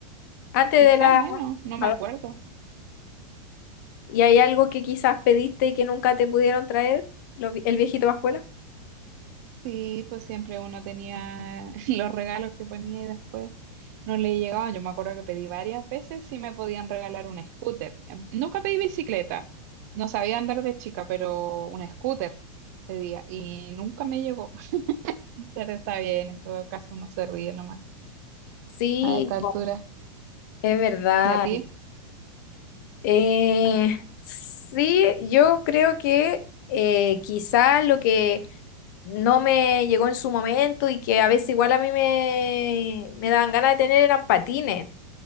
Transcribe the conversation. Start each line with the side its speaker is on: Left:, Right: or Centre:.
Left: Antes
Right: quizá
Left: de la...
Right: menos, no me
Left: ado-
Right: acuerdo.
Left: ¿Y hay algo que quizás pediste y que nunca te pudieron traer? Lo vi- ¿El viejito Pascuela?
Right: Sí, pues siempre uno tenía <laughs> los regalos que ponía y después no le llegaban. Yo me acuerdo que pedí varias veces si me podían regalar un scooter. Em, Nunca pedí bicicleta, no sabía andar de chica, pero un scooter pedía y nunca me llegó. <laughs> Pero está bien, en todo caso uno se ríe nomás
Left: Sí,
Right: a esta altura.
Left: po, es verdad.
Right: ¿Y a ti?
Left: Eh, sí, yo creo que eh, quizás lo que no me llegó en su momento y que a veces igual a mí me, me daban ganas de tener eran patines.